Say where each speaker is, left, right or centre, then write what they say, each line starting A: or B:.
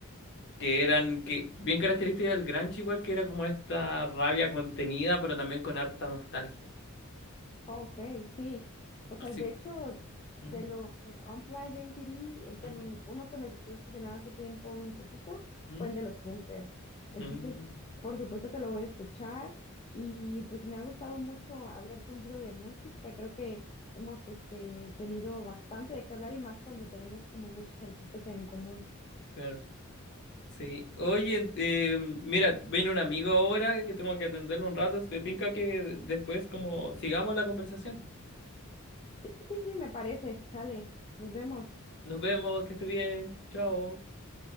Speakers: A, on the left; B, on the left.
A: que eran que bien características del grunge igual que era como esta rabia contenida, pero también con harta nostalgia.
B: Ok, sí. O sea,
A: Así.
B: de hecho,
A: ¿Mm?
B: de los Unplugged de MTV, el que,
A: ¿Mm?
B: m- uno con el que estuve obsesionada hace tiempo un poquito
A: ¿Mm?
B: fue el de los Bunkers. Entonces,
A: Mm,
B: por supuesto que lo voy a escuchar y pues me ha gustado mucho hablar contigo de música. Creo que hemos este, tenido bastante de qué hablar y más cuando tenemos como muchos artistas en común.
A: claro. Sí. Oye, eh, mira, viene un amigo ahora que tengo que atenderlo un rato. ¿Te tinca que después como sigamos la conversación?
B: Sí, sí, sí, me parece. Sale. Nos vemos.
A: Nos vemos, que esté bien. Chao.